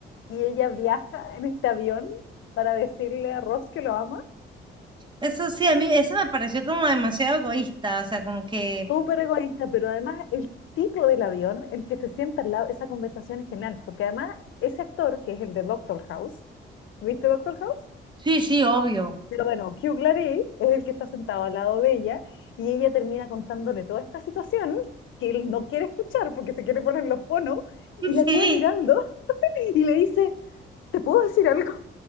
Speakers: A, on the left; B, on the right.
A: Y ella viaja en este avión para decirle a Ross que lo ama.
B: eso sí, a mí eso me pareció como demasiado egoísta, o sea, como que,
A: Súper egoísta, pero además el tipo del avión, el que se sienta al lado, esa conversación es genial, porque además ese actor, que es el de Doctor House, ¿viste Doctor House?
B: sí, sí, obvio.
A: Pero bueno, Hugh Laurie es el que está sentado al lado de ella y ella termina contándole toda esta situación que él no quiere escuchar porque se quiere poner los fonos
B: <laughs>
A: y la
B: Sí,
A: queda mirando y le dice, ¿te puedo decir algo?